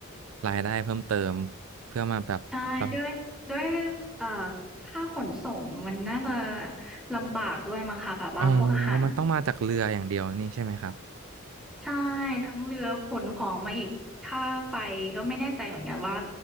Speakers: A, on the right; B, in the centre.
A: รายได้เพิ่มเติมเพื่อมาแบบแบบ
B: ใช่ด้วยด้วยเอ่อค่าขนส่งมันน่าจะลำบากด้วยมั้งคะแบบว่าพวกอาหาร
A: อ๋อมันต้องมาจากเรืออย่างเดียวนี่ใช่ไหมครับ
B: ใช่ทั้งเรือขนของมาอีกค่าไฟก็ไม่แน่ใจเหมือนกันว่า